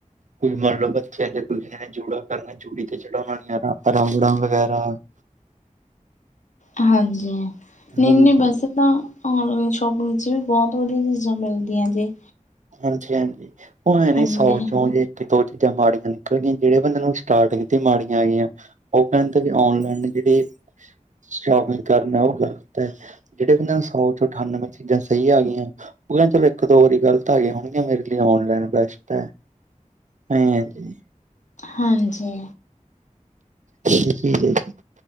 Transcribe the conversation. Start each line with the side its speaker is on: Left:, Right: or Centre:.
Right: ਕੋਈ ਮੰਨ ਲਓ ਬੱਚਿਆਂ ਦੀ ਜਾਂ ਕਿਸੇ ਨੇ ਜੂੜਾ ਕਰਨਾ। ਜੂੜੀ ਤੇ ਛੱਡਾਨਉਣ ਵਾਲੀਆਂ ਨਾ, ਅੜਾਣਾ ਵਗੈਰਾ।
Left: ਹਾਂਜੀ ਹਾਂਜੀ ਨਹੀਂ
Right: ਹਾਂਜੀ
Left: ਨਹੀਂ ਬਸ। ਤਾਂ ਔਨਲਾਈਨ ਸ਼ੋਪਿੰਗ ਵਿੱਚ ਵੀ, ਬਹੁਤ ਵਧੀਆ ਚੀਜ਼ਾਂ ਮਿਲਦੀਆਂ ਜੀ।
Right: ਹਾਂਜੀ ਹਾਂਜੀ, ਉਹ ਆਏਂ ਨਾ
Left: ਹਾਂਜੀ
Right: ਸੌਚ ਜੇ। ਕਿ ਦੋ ਚੀਜ਼ਾਂ ਮਾੜੀਆਂ ਨਿਕਲ ਗੀਆਂ, ਜਿਹੜੇ ਬੰਦੇ ਨੂੰ ਸਟਾਰਟਿੰਗ ਤੇ ਮਾੜੀਆਂ ਆਇਆਂ। ਉਹ ਕਹਿੰਦਾ ਵੀ ਔਨਲਾਈਨ ਜਿਹੜੀ ਸ਼ੋਪਿੰਗ ਕਰਨਾ ਆਊਂਗਾ ਤੇ। ਜਿਹੜੇ ਕਹਿੰਦੇ ਸੌ ਚੋਂ ਅਠਾਨਵੇਂ ਚੀਜ਼ਾਂ ਸਹੀ ਆ ਗਈਆਂ, ਉਹ ਕਹਿੰਦੇ ਚਲੋ ਇੱਕ ਦੋ ਵਾਰੀ ਗੱਲ। ਸਹੀ ਆ ਗਈਆਂ ਹੋਣਗੀਆਂ, ਮੇਰੇ ਲਈ ਔਨਲਾਈਨ ਬੈਸਟ ਹੈ, ਆਏਂ ਜੀ।
Left: ਹਾਂਜੀ।
Right: ਹੀ ਹੀ ਹੀ